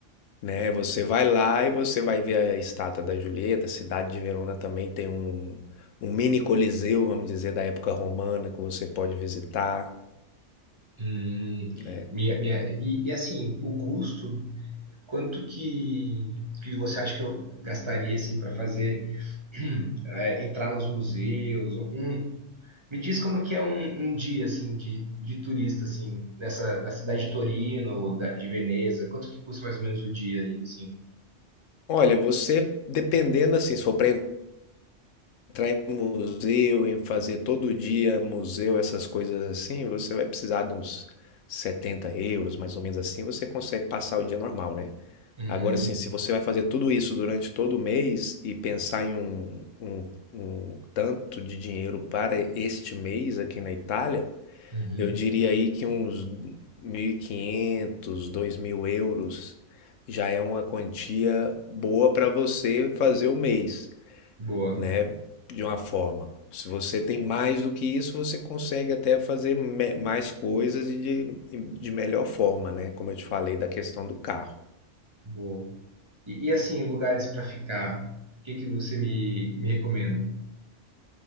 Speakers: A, on the left; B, on the right.
A: né? Você vai lá e você vai ver a estátua da Julieta. A cidade de Verona também tem um, um mini coliseu, vamos dizer, da época romana que você pode visitar,
B: Hum,
A: né?
B: minha, minha, e, e, assim, o custo, quanto que, que você acha que eu gastaria assim para fazer <clears throat> é, entrar nos museus? Um, me diz como é que é um, um dia assim de, de turista assim nessa da cidade de Torino ou da, de Veneza? Quanto que custa mais ou menos o dia assim?
A: Olha, você dependendo assim, se for para entrar em museu, em fazer todo dia museu, essas coisas assim, você vai precisar de uns 70 euros, mais ou menos assim, você consegue passar o dia normal, né?
B: Uhum,
A: Agora, assim, se você vai fazer tudo isso durante todo o mês e pensar em um, um, um tanto de dinheiro para este mês aqui na Itália,
B: uhum.
A: eu diria aí que uns mil e quinhentos dois mil euros já é uma quantia boa para você fazer o mês,
B: Boa,
A: né? De uma forma. Se você tem mais do que isso, você consegue até fazer me- mais coisas e de, de melhor forma, né? Como eu te falei da questão do carro.
B: boa. E, e, assim, lugares para ficar, o que que você me, me recomenda?